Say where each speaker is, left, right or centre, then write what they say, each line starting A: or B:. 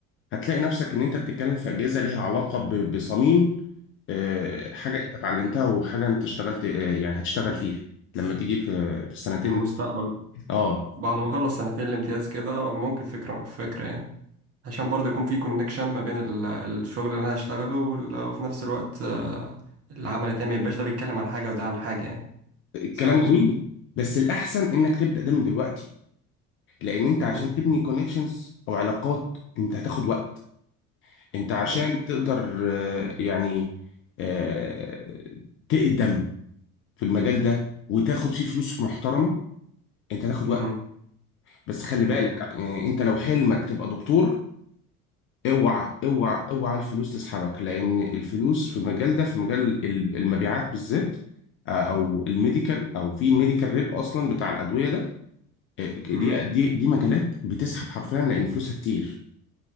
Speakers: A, on the left; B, on the right.
A: هتلاقي نفسك إن أنت بتتكلم في أجهزة ليها علاقة ب- بصميم آه، حاجة أنت اتعلمتها وحاجة أنت اشتغلت آه، يعني هتشتغل فيها لما تيجي في في السنتين
B: في المستقبل
A: اه
B: بعد ما أخلص سنتين الامتياز كده ممكن فكرة فكرة يعني عشان برضه يكون في كونكشن ما بين ال- الشغل اللي انا هشتغله وال- وفي نفس الوقت آه، العمل التاني ما يبقاش ده بيتكلم عن حاجة وده عن حاجة يعني
A: الكلام
B: صح مظبوط
A: جميل بس الاحسن انك تبدا ده من دلوقتي لان انت عشان
B: مظبوط
A: تبني كونكشنز او علاقات انت هتاخد وقت انت عشان
B: مظبوط
A: تقدر آه، يعني آه، تقدم في المجال ده وتاخد فيه فلوس محترمه انت هتاخد
B: مم،
A: وقت بس خلي
B: مظبوط
A: بالك آه، انت لو حلمك تبقى دكتور اوعى اوعى اوعى الفلوس تسحبك لان الفلوس في المجال ده في مجال ال- المبيعات بالذات آه، او الميديكال او في ميديكال ريب اصلا بتاع الادويه ده دي
B: مم،
A: دي دي مجالات بتسحب حرفيا لان فلوسها كتير